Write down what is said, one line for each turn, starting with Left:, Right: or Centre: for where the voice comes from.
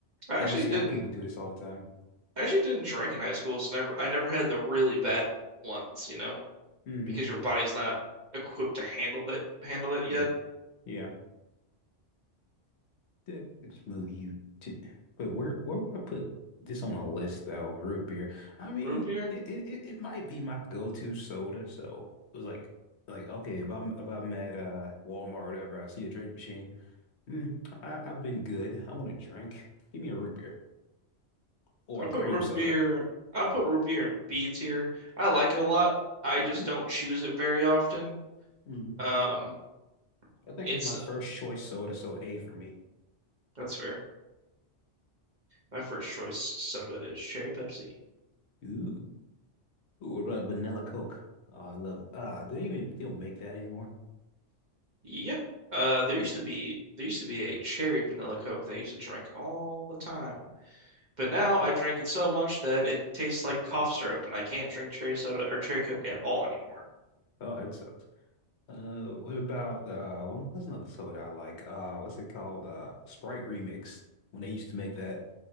Right: actually
Left: I don't see
Right: didn't
Left: how people do this all the time.
Right: I actually didn't drink in high school, so never I never had the really bad ones, you know,
Left: hmm
Right: because your body's not equipped to handle it handle it yet.
Left: Yeah, yeah. That the move you to but where where would I put this on a list though? Root beer. I mean,
Right: Root beer?
Left: it it, it it might be my go-to soda, so it was like like okay, if I'm if I'm at uh Walmart or whatever, I see a drink machine. Mm, I, I've been good. I want a drink. Give me a root beer or
Right: I
Left: a
Right: put
Left: cream
Right: root
Left: soda.
Right: beer I put root beer in B tier. I like it a lot. I
Left: hmm
Right: just don't choose it very often.
Left: hmm
Right: Um,
Left: I think
Right: it's
Left: it's my
Right: uh,
Left: first choice soda, so A for me.
Right: that's fair. My first choice soda is cherry Pepsi.
Left: Ooh. Ooh, what about vanilla Coke? Oh, I love uh do they even still make that anymore?
Right: Yeah. Uh, there
Left: Or
Right: used to be there used to be a cherry vanilla Coke that I used to drink all the time. But now I drink it so much that it tastes like cough syrup and I can't drink cherry soda or cherry Coke at all anymore.
Left: oh, it sucks. Uh, what about uh? Well, that's another soda I like. Uh, what's it called? Uh, Sprite Remix. When they used to make that